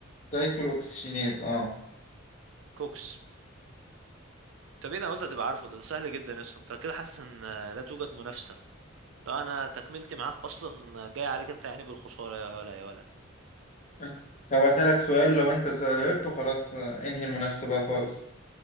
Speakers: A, on the left; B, on the right.
A: سايكل اوكسجينيز اه
B: كوكس طب ايه ده انا قلت هتبقى عارفه ده, ده سهل جدا اصلا انت كده حاسس ان لا توجد منافسة لو انا تكملتي معاك اصلا جاي عليك انت يعني بالخسارة يا ولا يا ولا
A: <laughs> طب اسالك سؤال لو انت جاوبته خلاص آه، انهي المنافسه بقى خالص